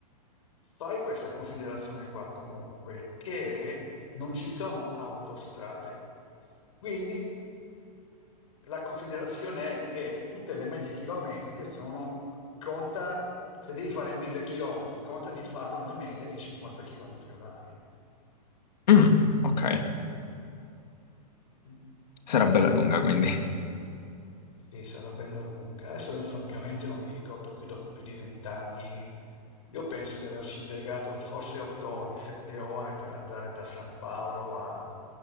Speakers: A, on the left (about 50°); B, on the left (about 80°).
A: Sai questa considerazione qua comunque, che non ci sono autostrade. Quindi la considerazione è che tutte le medie chilometriche sono, conta, se devi fare 1000 chilometri, conta di farlo una media di 50 chilometri orari. eh.
B: Mm, ok,
A: Mm.
B: sarà bella lunga quindi.
A: Sì, sarà bella lunga. Adesso io francamente non mi ricordo più dopo più di vent'anni. Io penso di averci impiegato forse otto ore, sette ore per andare da San Paolo a,